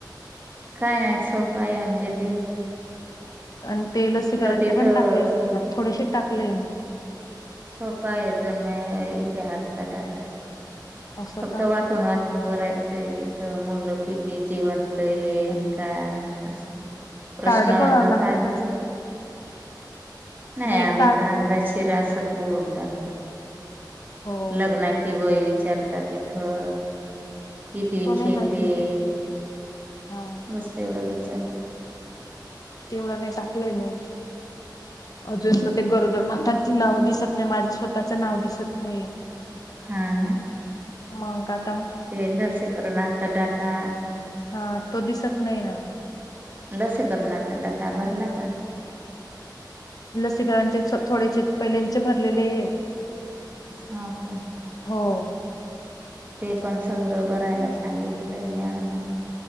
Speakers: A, on the right (about 25°); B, on the left (about 50°).
A: काय नाही सोपा आहे म्हणजे लई
B: आणि ते लसीकरणचे
A: तिथं
B: पण टाकले नाहीये. थोडेसे टाकले मी.
A: सोपा आहे जनमया इतिहासचा डाटा.
B: असं
A: फक्त
B: का
A: वाचून वाचून भरायचंय तिथं, मुलं किती जिवंत आहे अन् काय असं प्रश्न
B: कार्ड बघावं
A: जर
B: लागतं
A: झाला.
B: का
A: नाई
B: नाही
A: आम्ही
B: कार्ड
A: तर अंदाजी शिरा असच भरून टाकला.
B: हो
A: लग्नाची वय विचार तर तिथं किती
B: तो नाही
A: शेत
B: माहिती
A: आहे.
B: हा
A: बस एवढा विचार
B: तेवढं नाही टाकलंय नाही. अजून ते गरोदर मातांची नावं दिसत नाही माझं स्वतःच नाव दिसत नाहीये.
A: हा ना
B: मग आत
A: ते लसीकरणाचा डाटा
B: हा तो दिसत नाही ना ओ.
A: लसीकरणात डाटा भरला का?
B: लसीकरांचेच थोड्यांचे पहिल्यांचे भरलेले आहे.
A: ह का?
B: हो.
A: ते पण सगळं भरायला सांगितलंय मॅडमांनी.